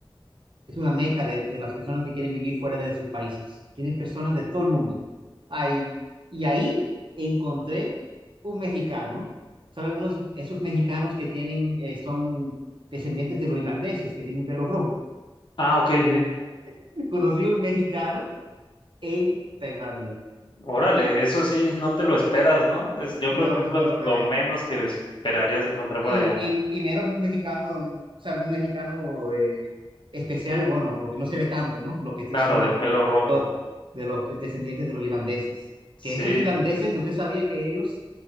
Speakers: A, on the right; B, on the left.
A: es una meca de, de las personas que quieren vivir fuera de sus países. Tiene personas de todo el mundo. Ahí, y ahí encontré un mexicano, ¿sabe? Uno de esos, esos mexicanos que tienen, eh, son descendientes de los irlandeses, que tienen pelo rojo.
B: Ah, ok, sí.
A: <laughs> Conocí a un mexicano en Tailandia.
B: Órale, eso sí, no te lo esperas, ¿no? Es, yo creo
A: No,
B: que es
A: no
B: lo,
A: me lo esperé.
B: lo menos que esperarías encontrar por
A: Y,
B: allá.
A: y, y menos un mexicano, o sea, un mexicano eh, especial, bueno, porque no se ve tanto, ¿no? Los que sí
B: Claro,
A: son
B: de
A: los,
B: pelo rojo.
A: los- de los descendientes de los irlandeses.
B: Sí,
A: Que esos irlandeses,
B: sí, sí.
A: usted sabía que ellos,